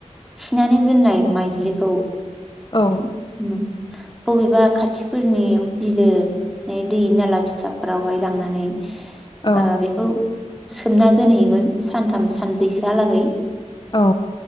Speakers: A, in the centre; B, on the left.
A: थिनानै दोननाय माइद्लिखौ।
B: औ
A: उम। बबेबा खाथिफोरनि बिलो दै नाला फिसाफोरावहाय लांनानै।
B: औ
A: ओ बेखौ। सोमना दोनहैयोमोन सानथाम सानब्रैसोहालागै।
B: औ।